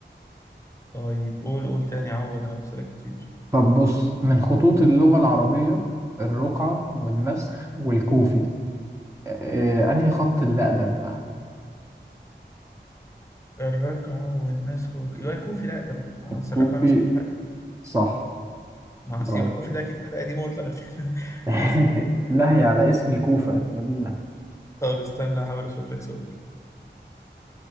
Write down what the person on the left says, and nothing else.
طيب قول قول تاني عوض انا بسألك كتير
الركعة والنسخ والك... يبقى الكوفي لا ده مع أصل
الركعة والنسخ دول حاجة
مع أصل
يبقى الكوفي ده أكيد حاجة قديمة واتلغت <laughs>
مثلا
طب استنى أحاول أشوف لك سؤال